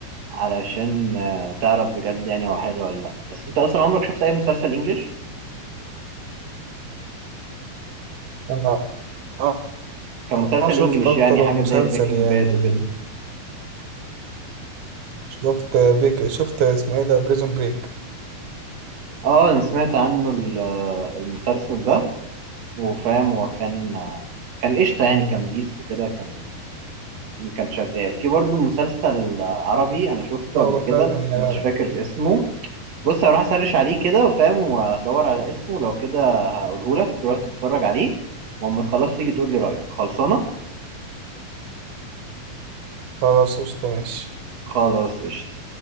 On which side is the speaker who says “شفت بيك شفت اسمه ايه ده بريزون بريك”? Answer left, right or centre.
Right